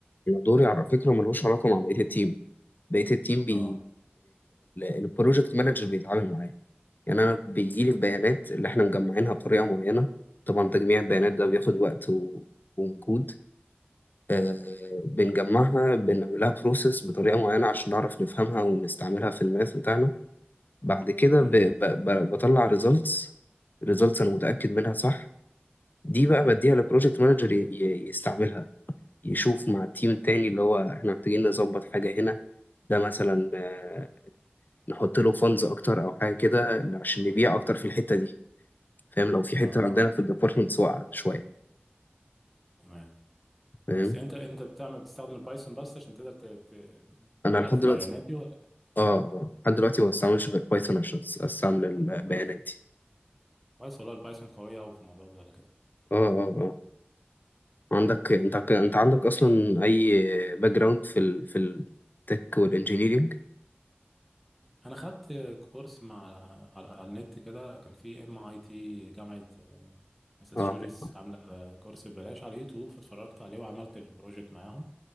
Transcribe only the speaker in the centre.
اه
امم
امم
اه
تمام
بس انت انت بتعمل بتستخدم البايثون بس عشان تقدر ت... ت...
تلعب
في
البيانات دي ولا
كويس والله البايثون قوية أوي في الموضوع ده على كده
أنا خدت كورس مع على, على النت كده كان في ام اي تي جامعة آه، ماساتشوستس
عاملة آه، كورس ببلاش على يوتيوب فاتفرجت عليه وعملت البروجكت معاهم